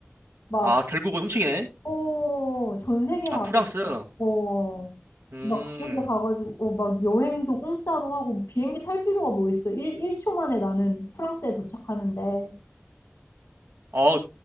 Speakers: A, on the left; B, on the right.
A: 막,
B: 아, 결국은 훔치기네?
A: 오, 전 세계
B: 아,
A: 가가지고,
B: 프랑스.
A: 어,
B: 음,
A: 막 그런 데 가가지고, 어, 막 여행도 공짜로 하고, 뭐 비행기 탈 필요가 뭐 있어. 일 1초 만에 나는 프랑스에 도착하는데.
B: 어,